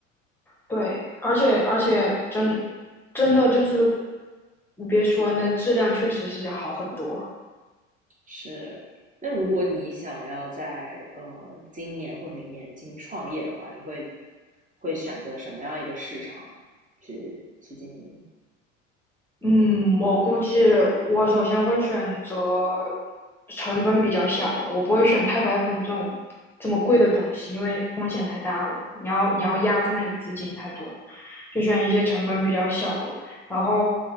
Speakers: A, in the centre; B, on the right.
A: 对，而且而且真真的就是，你别说，那质量确实是要好很多。
B: 是，那如果你想要在呃今年或者明年进行创业的话，你会会选择什么样一个市场啊？去去进行？
A: 嗯，我估计我首先会选择成本比较小的，我不会选太白粉这种这么贵的东西，因为风险太大了。你要你要压在那里的资金太多了。
B: 嗯
A: 就选一些成本比较小的。然后，